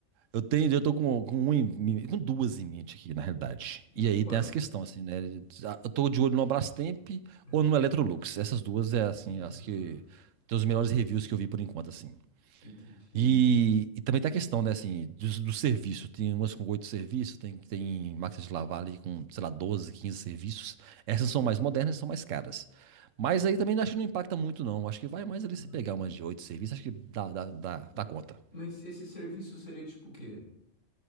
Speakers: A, on the right; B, on the left.
A: eu tenho, eu tô com, com, uma em mi- com duas em mente aqui, na realidade.
B: É,
A: E aí
B: quais?
A: tem essa questão, assim, né? Eu tô de olho no Brastemp
B: Brastemp.
A: ou no Electrolux. Essas duas
B: Ah,
A: é, assim, as que... Tem os melhores reviews que eu vi por enquanto, assim.
B: entendi.
A: E, e também tem a questão, né, assim, do, do serviço. Tem umas com oito serviços, tem, tem máquinas de lavar ali com, sei lá, 12, 15 serviços. Essas são mais modernas e são mais caras. Mas aí também acho que não impacta muito, não. Acho que vai mais ali
B: Ah,
A: se pegar umas de oito serviços, acho que dá, dá, dá,
B: ma-
A: dá conta.
B: Mas esse serviço seria tipo o quê?